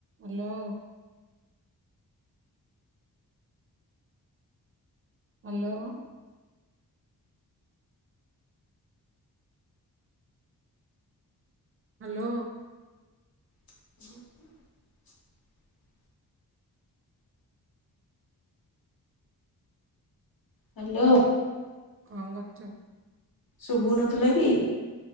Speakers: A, on the right (about 35°); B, on the left (about 65°).
A: ହ୍ୟାଲୋ। ହ୍ୟାଲୋ। ହ୍ୟାଲୋ।
B: <inaudible> ହ୍ୟାଲୋ।
A: କଣ କରୁଚ?
B: ଶୁଭୁ ନଥିଲା କି?